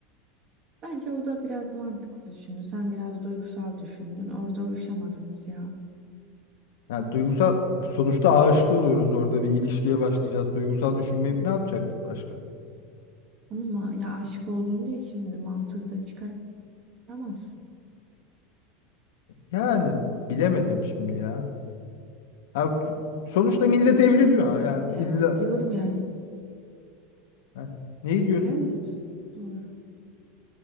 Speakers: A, on the right; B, on the left.
A: Bence o da biraz mantıklı düşündü. Sen biraz duygusal düşündün. Orada uyuşamadınız ya.
B: Yani duygusal sonuçta aşık oluyoruz orada bir ilişkiye başlayacağız. Duygusal düşünmeyip ne yapacaktık başka?
A: Ama ya aşık oldun diye şimdi mantığı da çıkaramazsın hemen.
B: Yani bilemedim şimdi ya. Ya sonuçta millet evleniyor.
A: Ya,
B: Ya
A: ya
B: illa
A: diyorum ya.
B: ha, neyi diyorsun?
A: Evet. Doğru.